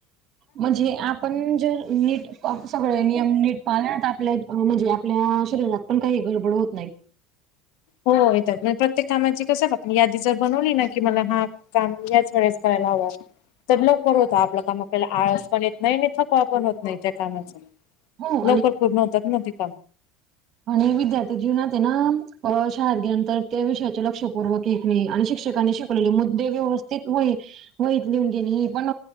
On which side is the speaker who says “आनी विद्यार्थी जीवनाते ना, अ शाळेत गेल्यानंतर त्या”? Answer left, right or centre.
Right